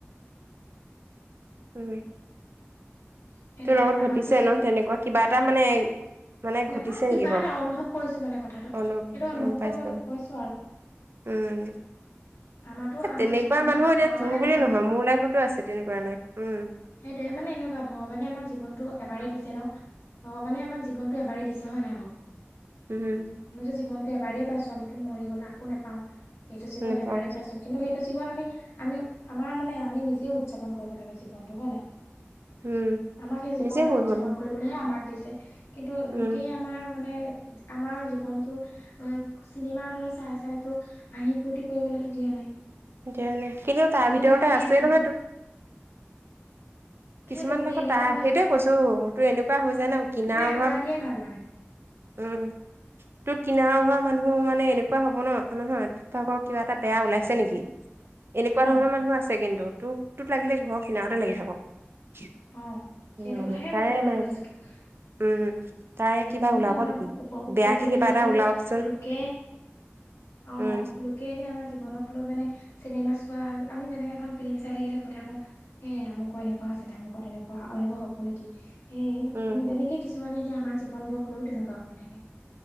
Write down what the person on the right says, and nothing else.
উম।
তোৰ লগত
ঘটিছে
নহ তেনেকুৱা কিবা এটা মানে। মানে
ঘটিছে
নেকি বাৰু
অনু
গম পাইছো
উম।
তেনেকুৱা
মানুহ এতিয়া
তোৰ বুলি নহয় মোৰ লাইফতো আছে তেনেকুৱা লাইফ উম।
উম।
নেপাওঁ
উম
নিজে কৰিব
লাগিব
উম
তেতিয়াহ'লে কিন্তু তাৰ
ভিতৰতে
আছেই
নহয় তো
কিছুমান
দেশত
তাৰ
সেইটোৱে কৈছো তোৰ এনেকুৱা হৈ যায় নহ কিনাৰ।
ঘৰ
উম তোৰ কিনাৰৰ ঘৰ মানুহ মানে এনেকুৱা হব নহ নহয়। <unintelligible> কিবা এটা বেয়া ওলাইছে নেকি। এনেকুৱা
ধৰণৰ মানুহ আছে কিন্তু তোক তোক লাগিলে ঘৰ কিনাৰতে লাগি থাকক।
সেই
নহয়
তাৰে
মানে
উম তাৰে
কিবা ওলাব
নেকি
বেয়াকে
কিবা
এটা
ওলাওকচোন
উম।
উম